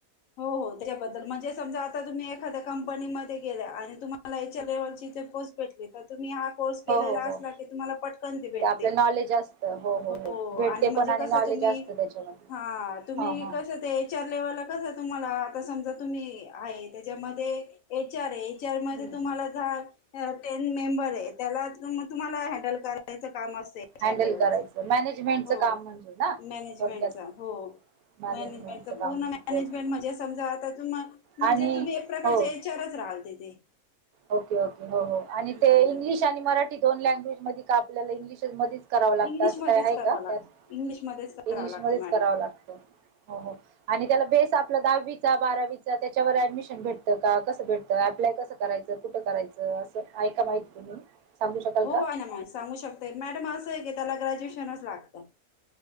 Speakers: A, on the left; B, on the right.
A: हो हो त्याच्याबद्दल. म्हणजे समजा, आता तुम्ही एखाद्या कंपनीमध्ये गेल्या आणि तुम्हाला एच आर लेवलची भेटली. तर तुम्ही हा कोर्स केलेला
B: हो हो
A: असला
B: हो
A: की, तुम्हाला पटकन ती भेटते.
B: तर आपलं नॉलेज असतं
A: हो.
B: भेटते
A: आणि म्हणजे
B: पण
A: कसं
B: नॉलेज
A: तुम्ही,
B: असतं त्याच्यामध्ये
A: हा तुम्ही
B: हां हां
A: कसं ते एच आर लेवलला कस तुम्हाला? आता समजा तुम्ही आहे त्याच्यामध्ये एच आरये, ए एच आर
B: हम्म.
A: मध्ये तुम्हाला जा टेन मेंबर आहे त्याला, त तुम्हाला हँडल करायचं काम असेल. एच
B: हँडल
A: आर लेवलच.
B: करायचं मॅनेजमेंटचं
A: हो.
B: काम म्हणजे ना
A: मॅनेजमेंटचं
B: थोडक्यात
A: हो.
B: मॅनेजमेंटचं
A: मॅनेजमेंटच
B: काम
A: पूर्ण मॅनेजमेंट
B: ओके ओके
A: म्हणजे समजा, आता म्हणजे
B: आणि
A: तुम्ही एक प्रकारचे
B: हो
A: एच आर च राहल तीथे.
B: ओके ओके हो हो. आणि
A: हम्म
B: ते इंग्लिश आणि मराठी दोन लँग्वेज मध्ये का? आपल्याला इंग्लिश च मध्यी करावं लागत
A: इंग्लिशमध्येच
B: असं काय आहे
A: करावं
B: का
A: लागत
B: त्यात?
A: इंग्लिशमध्येच करावं
B: इंग्लिशमध्येच
A: लागतं मॅडम
B: करावं लागत. हो हो. आणि त्याला बेस आपलं दाहावी चा बारावीचा त्याच्यावर ऍडमिशन भेटतं का? कसं भेटतं? अप्लाय कसं जर कुठं करायचं असं, आहे का माहिती तुम्ही? सांगू शकाल
A: हो
B: का
A: आहे ना म सांगू शकते. मॅडम असं आहे की, त्याला ग्रॅज्युएशनच लागतं.